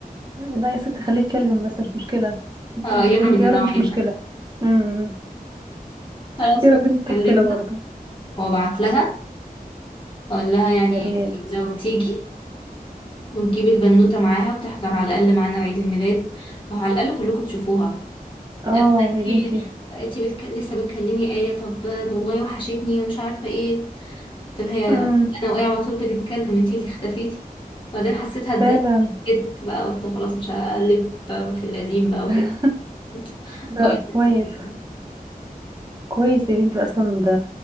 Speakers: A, on the right; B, on the left.
A: لا يا ست خليه يتكلم بس مش مشكلة
B: اه يرى
A: بنت
B: مننا
A: يارا مش
B: وعلينا
A: مشكلة امم
B: خلاص
A: يارا
B: ممكن
A: بنت
B: اكلمها
A: اختنا برضه
B: وابعت لها اقول لها يعني
A: يا ريت
B: لو تيجي وتجيبي البنوتة معاها وتحضر على الاقل معانا عيد الميلاد وعلى الاقل كلكم تشوفوها
A: اه
B: انتي
A: يا بنتي
B: انتي بتك... لسه بتكلمي آية طب والله وحشتني ومش عارفة ايه قلت لها يا
A: امم
B: انا واقعه على طول بنتكلم انتي اللي اختفيتي بعدين حسيتها اتضايقت
A: فعلا
B: جيت بقى قلت خلاص مش هقلب في القديم بقى
A: <laughs>
B: وكده <laughs>
A: لا
B: كويس
A: كويس كويس يا بنتي اصلا ده